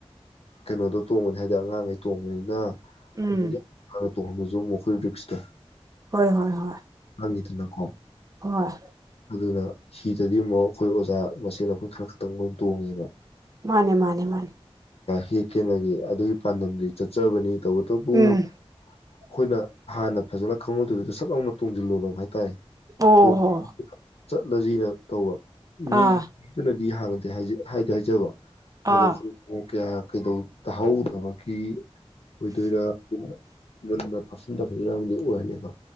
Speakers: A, on the left; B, on the right.
A: ꯀꯩꯅꯣꯗꯣ ꯇꯣꯡꯕꯅꯤ ꯍꯥꯏꯗꯤ ꯑꯉꯥꯡꯈꯩ ꯇꯣꯡꯕꯅꯤꯅ
B: ꯎꯝ
A: ꯃ ꯁꯨ ꯃꯈꯣꯏ ꯐꯁꯗ
B: ꯍꯣꯏ ꯍꯣꯏ ꯍꯣꯏ
A: ꯑꯅꯤꯗꯨꯅꯀꯣ
B: ꯍꯣꯏ
A: ꯑꯗꯨꯅ ꯍꯤꯗꯗꯤ ꯑꯃꯨꯛ ꯑꯩꯈꯣꯏ ꯑꯣꯖꯥ ꯃꯁꯦꯟ ꯑꯩꯈꯣꯏ ꯈꯔ ꯈꯛꯇꯪ ꯃꯣꯏ ꯇꯣꯡꯉꯦꯕ
B: ꯃꯥꯅꯦ ꯃꯥꯅꯦ ꯃꯥꯅꯦ
A: ꯍꯦꯛ ꯈꯦꯠꯅꯒꯦ ꯑꯗꯨꯒꯤ ꯄꯥꯟꯗꯝꯗꯤ ꯆꯠꯆꯕꯅꯤ ꯇꯕꯨ ꯇꯕꯨ
B: ꯎꯝ
A: ꯑꯩꯈꯣꯏꯅ ꯍꯥꯟꯅ ꯐꯖꯅ ꯈꯪꯍꯧꯗꯔꯤꯗ ꯁꯠꯥꯎꯅ ꯇꯨꯡꯁꯤꯜꯂꯣꯂꯣ ꯍꯥꯏꯇꯥꯔꯦ
B: ꯑꯣ
A: ꯇꯨꯡ
B: ꯍꯣ
A: ꯆꯠꯂꯁꯤꯅ ꯇꯧꯕ
B: ꯑꯥ
A: ꯃꯤ ꯍꯥꯟꯅꯗꯤ ꯍꯥꯏꯗꯤ ꯍꯥꯏꯖꯕ
B: ꯑꯥ
A: ꯑꯗꯣ ꯈ ꯀꯌꯥ ꯀꯩꯗꯧ ꯇꯥꯍꯧꯗꯕꯒꯤ ꯑꯣꯏꯗꯣꯏꯔꯥ ꯃꯨꯟꯅ ꯇꯥꯁꯤꯟꯗꯕ ꯏꯔꯥꯡꯗꯤ ꯑꯣꯏꯔꯅꯦꯕ